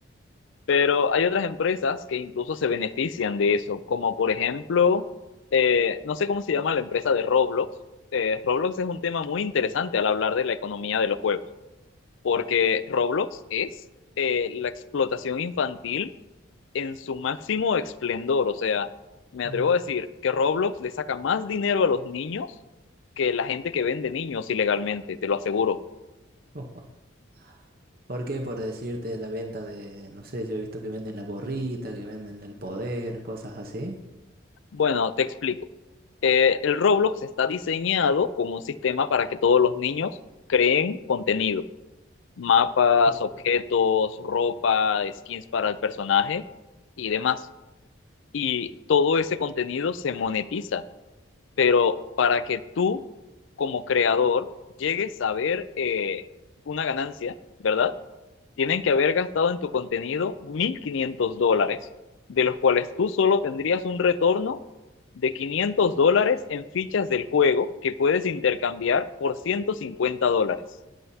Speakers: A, on the left; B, on the right.
A: Pero hay otras empresas que incluso se benefician de eso, como por ejemplo, eh, no sé cómo se llama la empresa de Roblox. Eh, Roblox es un tema muy interesante al hablar de la economía de los juegos, porque Roblox es eh, la explotación infantil en su máximo esplendor. O sea, me
B: Mm.
A: atrevo a decir que Roblox le saca más dinero a los niños que la gente que vende niños ilegalmente, te lo aseguro.
B: <laughs> ¿Por qué? Por decirte la venta de, no sé, yo he visto que venden la gorrita, que venden el poder, cosas así.
A: Bueno, te explico. Eh, el Roblox está diseñado como un sistema para que todos los niños creen contenido, mapas,
B: Sí.
A: objetos, ropa, skins para el personaje y demás. Y todo ese contenido se monetiza pero para que tú como creador llegues a ver eh, una ganancia, ¿verdad? Tienen que haber gastado en tu contenido 1.500 dólares, de los cuales tú solo tendrías un retorno de 500 dólares en fichas del juego que puedes intercambiar por 150 dólares.